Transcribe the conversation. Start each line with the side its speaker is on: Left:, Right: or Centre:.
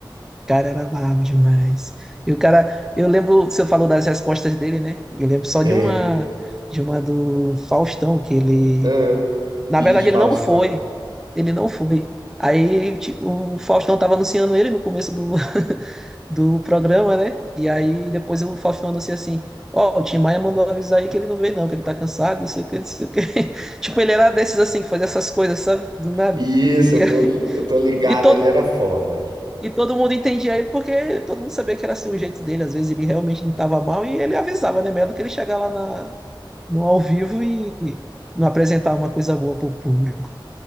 Centre: Cara, era brabo demais. E o cara, eu lembro, você falou das respostas dele, né? Eu lembro só
Right: É.
Centre: de uma, de uma do Faustão, que ele,
Right: Ah,
Centre: na
Right: ixi,
Centre: verdade,
Right: Faustão.
Centre: ele não foi. Ele não foi. Aí ti- o Faustão tava anunciando ele no começo do, <laughs> do programa, né? E aí depois o Faustão anuncia assim: Ó, o Tim Maia mandou avisar aí que ele não veio, não, que ele tá cansado, não sei o que, não sei o que. <laughs> Tipo, ele era desses assim, que fazia essas coisas, sabe? Do nada.
Right: Isso,
Centre: E,
Right: eu tô,
Centre: aí-
Right: eu tô ligado,
Centre: e todo,
Right: ele era foda.
Centre: e todo mundo entendia ele porque todo mundo sabia que era assim o jeito dele. Às vezes ele realmente não estava mal e ele avisava, né? Melhor do que ele chegar lá na, no ao vivo e não apresentar uma coisa boa pro público.